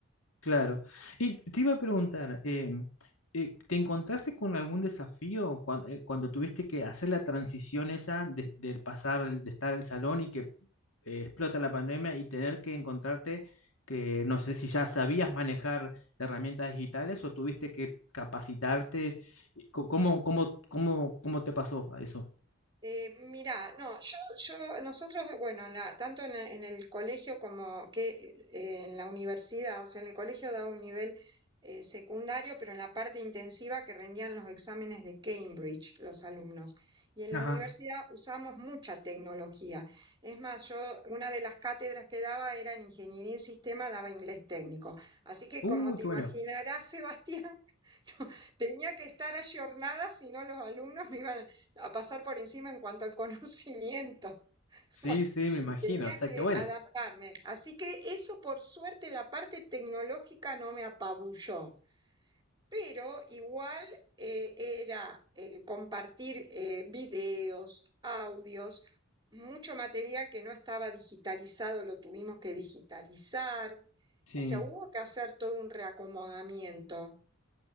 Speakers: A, on the left; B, on the right.
A: claro. Y te iba a preguntar, em, eh, ¿te encontraste con algún desafío cuan- eh, cuando, tuviste que hacer la transición esa de, de pasar, el- de estar al salón y que eh, explota la pandemia y tener que encontrarte que no sé si ya sabías manejar herramientas digitales o tuviste que capacitarte? Y co- ¿Cómo, cómo, cómo, cómo te pasó a eso?
B: Eh, mirá, no, yo, yo, nosotros, bueno, en la- tanto en, el en el colegio como que eh, en la universidad, o sea, en el colegio daba un nivel eh, secundario, pero en la parte intensiva que rendían los exámenes de Cambridge los alumnos. Y en
A: Ajá.
B: la universidad usamos mucha tecnología. Es más, yo una de las cátedras que daba era en ingeniería en sistema, daba inglés técnico. Así que
A: Uy,
B: como te
A: qué
B: imaginarás,
A: bueno.
B: <laughs> Sebastián, Tenía que estar ayornada, si no los alumnos me iban a pasar por encima en cuanto al conocimiento. <laughs>
A: Sí,
B: Bueno,
A: sí, me imagino.
B: tenía
A: O sea,
B: que
A: que bueno.
B: adaptarme. Así que eso, por suerte, la parte tecnológica no me apabulló, pero igual eh, era eh, compartir eh, videos, audios, mucho material que no estaba digitalizado, lo tuvimos que digitalizar.
A: Sí.
B: O sea, hubo que hacer todo un reacomodamiento.